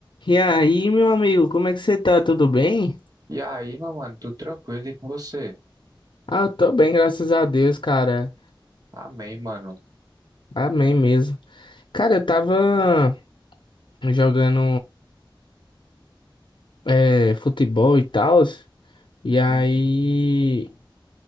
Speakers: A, on the left; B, on the right.
A: E aí, meu amigo, como é que você tá? Tudo bem?
B: E aí, meu mano, tudo tranquilo e com você?
A: Ah, eu tô bem, graças a Deus, cara.
B: Amém, mano.
A: Amém mesmo. Cara, eu tava jogando é, futebol e tal, e aí
B: Uhum.